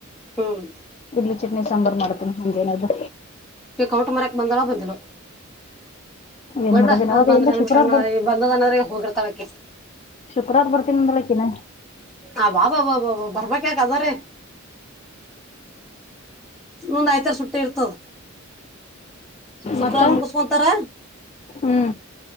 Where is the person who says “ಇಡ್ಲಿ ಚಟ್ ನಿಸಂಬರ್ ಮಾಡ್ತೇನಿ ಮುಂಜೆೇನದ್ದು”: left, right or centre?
Left